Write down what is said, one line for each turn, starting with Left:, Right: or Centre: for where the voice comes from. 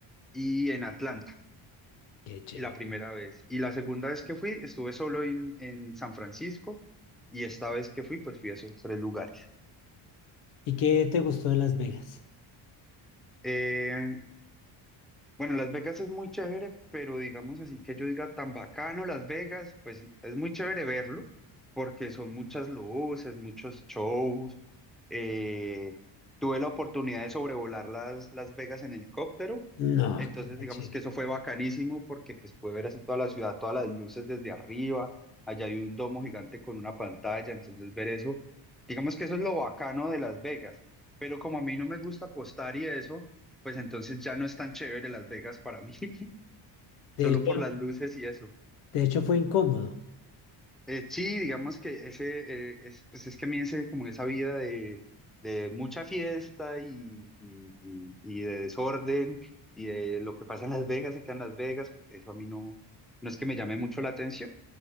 Centre: y en Atlanta,
Left: Qué chévere.
Centre: la primera vez. Y la segunda vez que fui, estuve solo en, en San Francisco. Y esta vez que fui, pues fui a esos tres lugares.
Left: ¿Y qué te gustó de Las Vegas?
Centre: Eh, Bueno, Las Vegas es muy chévere, pero digamos así que yo diga tan bacano Las Vegas, pues es muy chévere verlo, porque son muchas luces, muchos shows, eh, tuve la oportunidad de sobrevolar las, Las Vegas en helicóptero,
Left: No,
Centre: entonces
Left: qué macho.
Centre: digamos que eso fue bacanísimo porque pues pude ver así toda la ciudad, todas las luces desde arriba, allá hay un domo gigante con una pantalla, entonces ver eso, digamos que eso es lo bacano de Las Vegas, pero como a mí no me gusta apostar y eso, pues entonces ya no es tan chévere Las Vegas para mí, <laughs>
Left: De
Centre: solo
Left: hecho,
Centre: por las luces y eso.
Left: de hecho fue incómodo,
Centre: Eh, sí, digamos que ese, eh, es, pues es que a mí ese, como esa vida de, de mucha fiesta y, y, y, y de desorden y de lo que pasa en Las Vegas, se queda en Las Vegas, pues eso a mí no, no es que me llame mucho la atención,